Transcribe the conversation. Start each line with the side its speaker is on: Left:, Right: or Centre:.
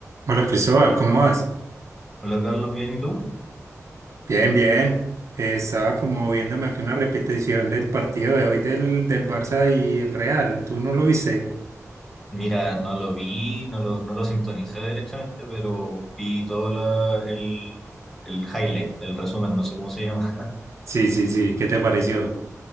Right: Hola Cristóbal, ¿cómo vas?
Centre: Hola Carlos, ¿bien y tú?
Right: Bien, bien. Eh, estaba como viéndome aquí una repetición del partido de hoy del, del Barça y el Real. ¿Tú no lo viste?
Centre: Mira, no lo vi, no lo, no lo sintonicé derechamente, pero vi todo la- el, el highlight, el resumen, no sé cómo se llama. <laughs>
Right: Sí, sí, sí. ¿Qué te pareció?